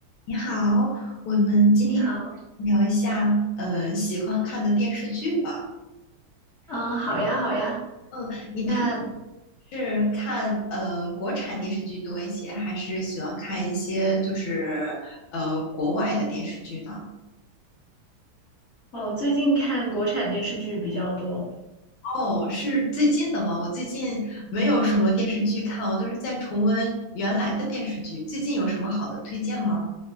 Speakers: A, on the left; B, on the left.
A: 你好，我们今天
B: 你好，
A: 聊一下呃喜欢看的电视剧吧。
B: 嗯，好呀，好呀。
A: 嗯，你平
B: 那
A: 时看呃国产电视剧多一些，还是喜欢看一些就是呃国外的电视剧呢？
B: 哦，最近看国产电视剧比较多。
A: 哦，是最近的吗？我最近没有什么电视剧看，我都是在重温原来的电视剧。最近有什么好的推荐吗？